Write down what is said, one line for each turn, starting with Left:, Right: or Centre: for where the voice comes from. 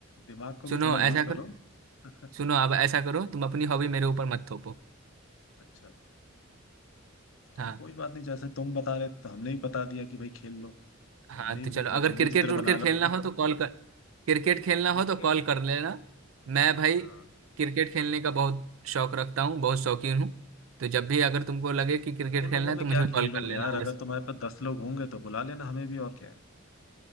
Left: दिमाग को भी
Right: सुनो
Left: थोड़ा यूज
Right: ऐसा करो
Left: करो <laughs>
Right: सुनो अब ऐसा करो तुम अपनी हॉबी मेरे ऊपर मत थोपो
Left: अच्छा तो चलो
Right: हाँ
Left: कोई बात नहीं जैसे तुम बता रहे थे, तो हमने ही बता दिया कि भाई खेल लो तो
Right: हाँ
Left: हमने ही
Right: तो
Left: बोल
Right: चलो
Left: दिया
Right: अगर
Left: तुम
Right: क्रिकेट
Left: भी चित्र
Right: उर्केट
Left: बना
Right: खेलना
Left: लो
Right: हो तो
Left: <laughs>
Right: कॉल कर क्रिकेट खेलना
Left: क्रिकेट
Right: हो तो कॉल कर लेना मैं भाई
Left: हाँ
Right: क्रिकेट खेलने का बहुत शौक रखता हूँ बहुत शौकीन हूँ तो जब भी अगर तुमको लगे कि क्रिकेट
Left: दो
Right: खेलना
Left: लोगों में
Right: है तो मुझे
Left: क्या खेल
Right: कॉल कर
Left: लोगे
Right: लेना
Left: यार अगर
Right: बस
Left: तुम्हारे पास दस लोग होंगे तो बुला लेना हमें भी और क्या है